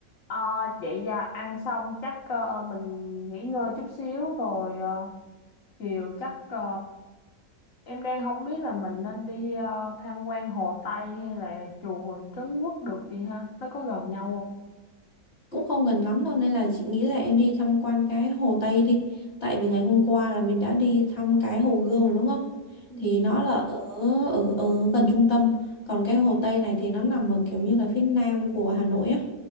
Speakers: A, on the left; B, on the left.
A: Ờ, vậy à, ăn xong chắc ờ, mình nghỉ ngơi chút xíu rồi ờ, chiều chắc ờ, em đang không biết là mình nên đi ờ, tham quan Hồ Tây hay là chùa Trấn Quốc được chị ha? Nó có gần nhau không?
B: cũng không gần lắm đâu nên là chị nghĩ là em đi tham quan cái Hồ Tây đi tại vì ngày hôm qua là mình đã đi thăm cái Hồ Gươm rồi đúng không
A: Ừ.
B: thì nó là ở ở, ở gần trung tâm còn cái Hồ Tây này thì nó nằm ở kiểu như là phía nam của Hà Nội á